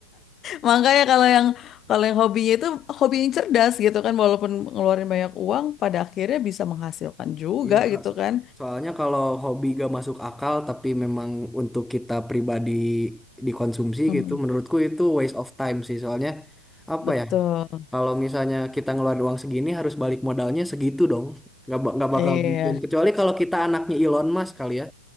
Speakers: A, on the left; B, in the centre.
A: makanya kalau yang kalau yang hobinya itu hobi yang cerdas gitu kan walaupun ngeluarin banyak uang pada akhirnya bisa menghasilkan juga
B: Iya Kak,
A: gitu
B: So-
A: kan.
B: soalnya kalau hobi gak masuk akal tapi memang untuk kita pribadi dikonsumsi
A: Mhm,
B: gitu, menurutku itu waste of time sih. Soalnya apa
A: betul.
B: ya, kalau misalnya kita ngeluarin uang segini harus balik modalnya segitu dong. Gak, ba- nggak
A: Iya.
B: bakal mungkin. Kecuali kalau kita anaknya Elon Musk kali ya.